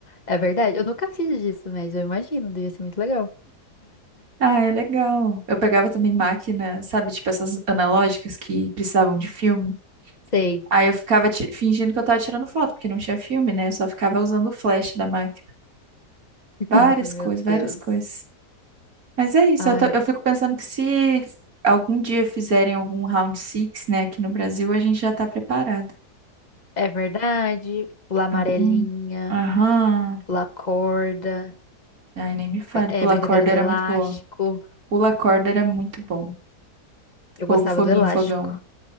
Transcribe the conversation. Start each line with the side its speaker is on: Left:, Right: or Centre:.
Left: É verdade. Eu nunca fiz disso, mas eu imagino. Devia ser muito legal.
Right: Ah, é legal. Eu pegava também máquina, sabe, tipo essas analógicas que precisavam de filme.
Left: Sei.
Right: Aí eu ficava ti- fingindo que eu tava tirando foto, porque não tinha filme, né? Eu só ficava usando o flash da máquina.
Left: <laughs>
Right: Várias
Left: Meu
Right: coisas, várias
Left: Deus.
Right: coisas. Mas é isso,
Left: Ai.
Right: eu, tô- eu fico pensando que se algum dia fizerem algum round six, né, aqui no Brasil, a gente já tá preparado.
Left: É verdade. Pular amarelinha,
Right: Uhum. Aham.
Left: pular corda,
Right: Ai, nem me fale.
Left: fa- é
Right: Pula
Left: brincadeira
Right: corda
Left: do
Right: era
Left: elástico.
Right: muito boa. Pula corda era muito bom.
Left: Eu
Right: Fogo,
Left: gostava
Right: foguinho,
Left: do elástico.
Right: fogão.